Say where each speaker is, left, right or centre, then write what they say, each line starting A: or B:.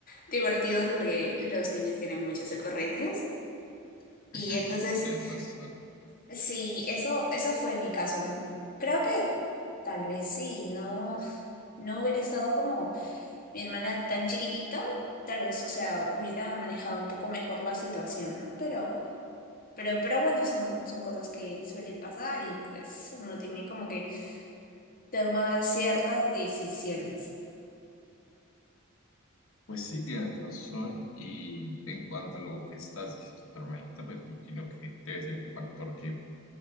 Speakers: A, on the left (about 40°); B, on the left (about 65°).
A: divertidos porque los niños tienen muchas ocurrencias. Y
B: <laughs>
A: entonces,
B: Tienes razón.
A: sí, eso, eso fue mi caso, ¿no? Creo que tal vez sí, no, no hubiera estado como mi hermana tan chiquitita, tal vez, o sea, hubiera manejado un poco mejor la situación, ¿no? Pero Pero, pero bueno, son, son cosas que suelen pasar y pues uno tiene como que tomar ciertas decisiones.
B: Pues sí, tienes razón. Y en cuanto a lo que estás diciendo tu hermanita, pues me imagino que debe ser un factor que